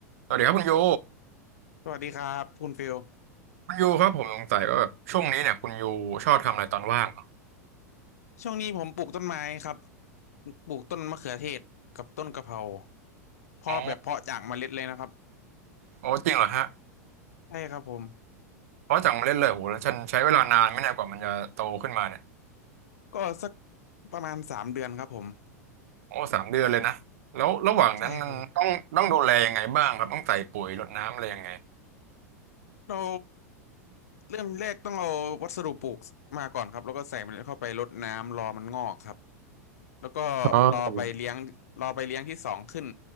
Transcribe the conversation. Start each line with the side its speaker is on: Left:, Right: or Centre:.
Right: สวัสดีครับคุณยู
Left: สวัสดีครับคุณฟิล
Right: คุณยูครับผมสงสัยว่าแบบช่วงนี้เนี่ยคุณยูชอบทำอะไรตอนว่างเหรอ
Left: ช่วงนี้ผมปลูกต้นไม้ครับปลูกต้นมะเขือเทศกับต้นกะเพราเพาะแบบเพาะจากเมล็ดเลยนะครับ
Right: อ๋อโอ้จริงเหรอฮะ
Left: ใช่ครับผม
Right: เพราะจากมาเล่นเลยโหแล้วฉันใช้เวลานานไหม่แน่ยกว่ามันจะโตขึ้นมาเนี่ย
Left: ก็สักประมาณสามเดือนครับผม
Right: โอ้สามเดือนเลยนะแล้วระหว่างนั้นมันต้องต้องดูแลยังไงบ้างครับต้องใส่ปุ๋ยรดน้ำอะไรยังไง
Left: ใช่ครับผมเราเริ่มแรกต้องเอาวัสดุปลูกมาก่อนครับแล้วก็ใส่เมล็ดเข้าไปรดน้ำรอมันงอกครับแล้วก็รอใบเลี้ยงรอใบเลี้ยงที่สองขึ้น
Right: อ๋อ